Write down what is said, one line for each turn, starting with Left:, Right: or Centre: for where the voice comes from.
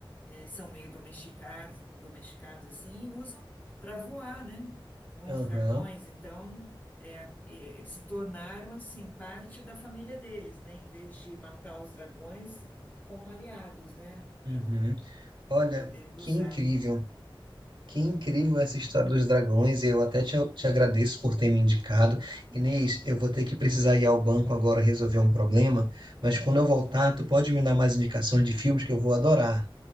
Left: eh, são meio domesticados, domesticados assim, e usam para voar, né? Com
Right: Aham.
Left: os dragões, então eh, eh, eles se tornaram assim parte da família deles, né? Em vez de matar os dragões como aliados, né? Para
Right: Uhum. Olha,
Left: podendo
Right: que
Left: usar.
Right: incrível. Que incrível essa história dos dragões, e eu até te, te agradeço por ter me indicado. Inês, eu vou ter que precisar ir ao banco agora resolver um problema, mas quando eu voltar, tu pode me dar mais indicações de filmes que eu vou adorar.